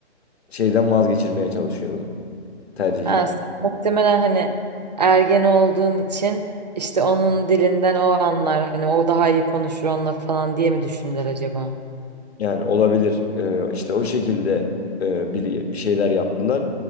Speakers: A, on the left (about 65°); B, on the right (about 40°).
A: şeyden vazgeçirmeye çalışıyordu. Tercih
B: Ha, sen muhtemelen hani ergen olduğun için işte onun dilinden o anlar hani o daha iyi konuşur onunla falan diye mi düşündüler acaba?
A: Yani olabilir. Ee, işte o şekilde e, bir, bir şeyler yaptılar.